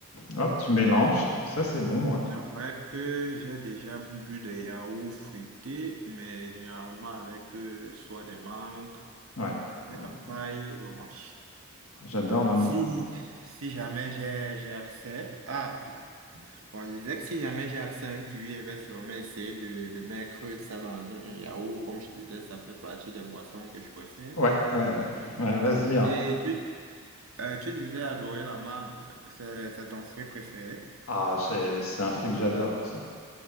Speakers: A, on the left; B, on the right.
A: hop, tu mélanges,
B: C'est
A: et ça c'est bon,
B: c'est
A: ouais.
B: vrai que j'ai déjà bu des yaourts fruités, mais généralement avec euh, soit des mangues,
A: Ouais.
B: les
A: Oh, ouais.
B: papayes. Bon, je-
A: J'adore la
B: si,
A: mangue, moi.
B: si jamais j'ai j'ai accès. Ah, on disait que si jamais j'ai accès à un kiwi, je vais sûrement essayer de, de mettre ça dans un un yaourt. Comme je disais, ça fait partie des boissons que je préfère.
A: Ouais, ouais, ouais. Ouais, vas-y, hein.
B: Et tu, euh, tu disais adorer la mangue. C'est c'est ton fruit préféré?
A: Ah, c'est c'est un fruit que j'adore, ça.